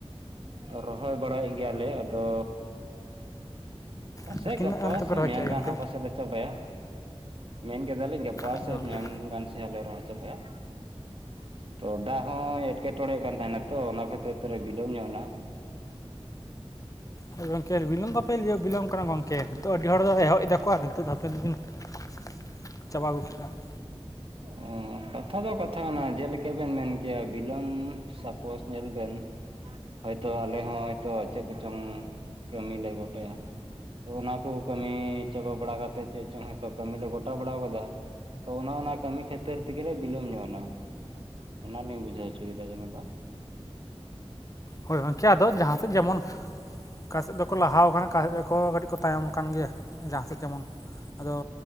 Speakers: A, on the right (about 60°); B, on the left (about 35°).
A: ᱨᱚᱦᱚᱭ ᱵᱟᱲᱟᱭᱮᱫ ᱜᱮᱭᱟᱞᱮ ᱟᱫᱚ ᱯᱟᱥᱮᱡ
B: ᱟᱫᱚ ᱛᱤᱱᱟᱹᱜ
A: ᱜᱟᱯᱟ
B: ᱜᱟᱱ ᱛᱮᱯᱮ
A: ᱥᱮ
B: ᱨᱚᱦᱚᱭ
A: ᱢᱮᱭᱟᱝ
B: ᱠᱮᱫᱼᱟ
A: ᱜᱟᱱ
B: ᱜᱚᱢᱠᱮ
A: ᱦᱟᱸᱜ ᱯᱟᱥᱮᱡ ᱞᱮ ᱪᱟᱵᱟᱭᱟ ᱾ ᱢᱮᱱ ᱠᱮᱫᱟᱞᱤᱧ ᱜᱟ ᱯᱟ
B: ᱦᱳᱭ
A: ᱥᱮ
B: ᱜᱚᱢᱠᱮ
A: ᱢᱮᱭᱟᱝ ᱜᱟᱱ ᱥᱮ ᱦᱟᱸᱜ ᱞᱮ ᱨᱚᱦᱚᱭ ᱪᱟᱵᱟᱭᱟ ᱾ ᱛᱚ ᱫᱟᱜ ᱦᱚᱸ ᱮᱴᱠᱮ ᱼᱼᱴᱚᱬᱮᱜ ᱠᱟᱱ ᱛᱟᱦᱮᱸᱱᱟ ᱛᱚ ᱚᱱᱟ ᱠᱷᱟᱹᱛᱤᱨ ᱛᱮ ᱞᱮ ᱵᱤᱞᱚᱢ ᱧᱚᱜ ᱮᱱᱟ ᱾
B: ᱦᱳᱭ ᱜᱚᱝᱠᱮ ᱵᱤᱞᱚᱢ ᱫᱚᱯᱮ ᱵᱤᱞᱚᱢ ᱠᱟᱱᱟ ᱜᱚᱝᱠᱮ, ᱱᱤᱛᱚᱜ ᱟᱹᱰᱤ ᱦᱚᱲ ᱫᱚ ᱮᱦᱚᱵ ᱮᱫᱟ ᱠᱚ ᱟᱨ ᱱᱤᱛᱚᱜ ᱫᱚ ᱟᱯᱮ <inaudible> ᱪᱟᱵᱟ ᱟᱹᱜᱩ ᱠᱮᱜ-ᱟ ᱾
A: ᱚᱸᱻ ᱠᱟᱛᱷᱟ ᱫᱚ ᱠᱟᱛᱷᱟ ᱠᱟᱱᱟ ᱡᱮᱞᱮᱠᱟ ᱵᱮᱱ ᱢᱮᱱ ᱠᱮᱜ-ᱟ ᱵᱤᱞᱚᱢ, ᱥᱟᱯᱚᱥ ᱧᱮᱞ ᱵᱮᱱ ᱦᱳᱭᱛᱳ ᱟᱞᱮ ᱦᱚᱸ ᱦᱳᱭᱛᱳ ᱪᱮᱫ ᱠᱚᱪᱚᱝ ᱠᱟᱹᱢᱤᱞᱮ ᱜᱚᱴᱟᱭᱟ ᱾ ᱛᱚ ᱚᱱᱟ ᱠᱚ ᱠᱟᱹᱢᱤ ᱪᱟᱵᱟ ᱵᱟᱲᱟ ᱠᱟᱛᱮᱜ ᱪᱮᱫ ᱪᱚᱝ ᱦᱳᱭᱛᱳ ᱠᱟᱹᱢᱤᱞᱮ ᱜᱚᱴᱟ ᱵᱟᱲᱟᱣ ᱠᱟᱫᱟ᱾ ᱛᱚ ᱚᱱᱟ ᱚᱱᱟ ᱠᱟᱹᱢᱤ ᱠᱷᱟᱹᱛᱤᱨ ᱛᱮᱜᱮ ᱞᱮ ᱵᱤᱞᱚᱢ ᱧᱚᱜ ᱮᱱᱟ᱾ ᱚᱱᱟᱞᱤᱧ ᱵᱩᱡᱷᱟᱹᱣ ᱦᱚᱪᱚ ᱠᱮᱫᱟ ᱡᱮᱱᱚᱠᱟ᱾
B: ᱦᱳᱭ ᱜᱚᱝᱠᱮ ᱟᱫᱚ ᱡᱟᱦᱟᱸ ᱥᱮᱫ ᱡᱮᱢᱚᱱ᱾ ᱚᱠᱟ ᱥᱮᱫ ᱫᱚᱠᱚ ᱞᱟᱦᱟᱣ ᱟᱠᱟᱱᱟ ᱚᱠᱟ ᱥᱮᱫ ᱫᱚ ᱠᱚ ᱠᱟᱹᱴᱤᱡ ᱠᱚ ᱛᱟᱭᱚᱢ ᱠᱟᱱ ᱜᱮᱭᱟ᱾ ᱡᱟᱦᱟᱸ ᱥᱮᱫ ᱡᱮᱢᱚᱱ ᱟᱫᱚ